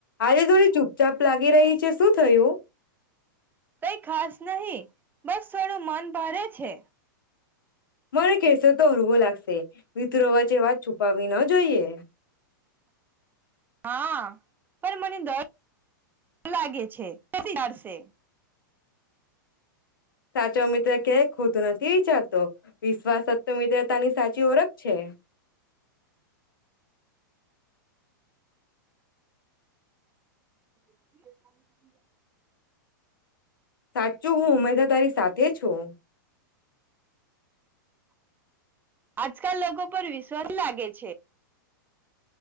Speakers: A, on the left (about 80°); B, on the right (about 15°).
A: આજે થોડી ચૂપચાપ લાગી રહી છે શું થયું
B: કઈ ખાસ નહી બસ થોડું મન. ભરે છે.
A: મને કહેશો તો હળવો લાગશે મિત્રો વચ્ચે વાત છુપાવવી ન જોઈએ.
B: હા, પણ મને દર લાગે છે <unintelligible>
A: સાચો મિત્ર ક્યાક ખોતું નથી વીચાર તો વિશ્વાસત્ મિત્રતાની સાચી ઓળખ છે.
B: <inaudible>
A: સાચું હુ ઉમેદા તારી સાથે છું.
B: આજકાલ લોકો પર વિશ્વાસ લાગે છે.